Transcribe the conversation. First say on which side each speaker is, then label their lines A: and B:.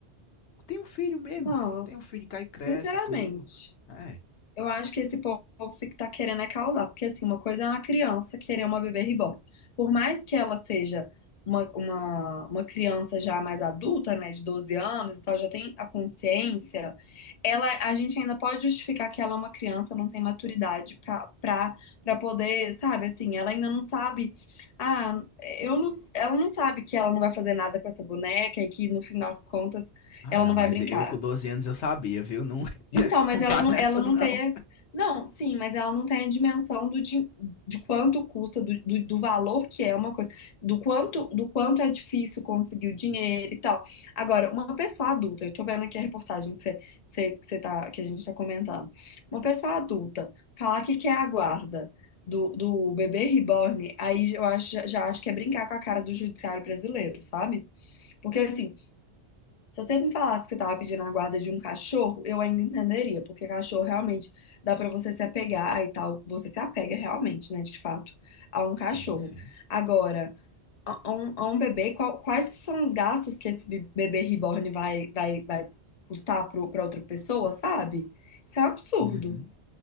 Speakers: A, on the left; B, on the left.
A: tem um filho mesmo.
B: não,
A: Tem um filho que aí cresce
B: sinceramente.
A: e tudo. É.
B: Eu acho que esse povo que tá querendo é causar, porque assim, uma coisa é uma criança querer uma bebê reborn. Por mais que ela seja uma, uma, uma criança já mais adulta, né, de 12 anos e tal, já tem a consciência, ela, a gente ainda pode justificar que ela é uma criança, não tem maturidade pra, pra, pra poder, sabe, assim, ela ainda não sabe, ah, eu não, ela não sabe que ela não vai fazer nada com essa boneca e que no fim das contas
A: Ah,
B: ela
A: não,
B: não vai
A: mas
B: brincar.
A: eu com 12 anos eu sabia, viu? Não,
B: Então,
A: <laughs>
B: mas
A: não vá
B: ela não,
A: nessa,
B: ela não
A: não.
B: tem. Não, sim, mas ela não tem a dimensão do, din- de, quanto custa, do, do, do valor que é uma coisa, do quanto, do quanto é difícil conseguir o dinheiro e tal. Agora, uma pessoa adulta, eu tô vendo aqui a reportagem que você, você, que você tá, que a gente tá comentando. Uma pessoa adulta falar que quer a guarda do, do bebê reborn, aí eu acho, já acho que é brincar com a cara do judiciário brasileiro, sabe? Porque assim, se você me falasse que você estava pedindo a guarda de um cachorro, eu ainda entenderia, porque cachorro realmente dá para você se apegar e tal. Você se apega realmente, né, de fato, a um cachorro.
A: Sim, sim.
B: Agora, a, a um, a um bebê, qual- quais são os gastos que esse be- bebê reborn vai, vai, vai custar para outra pessoa, sabe? Isso é um absurdo,
A: Uhum.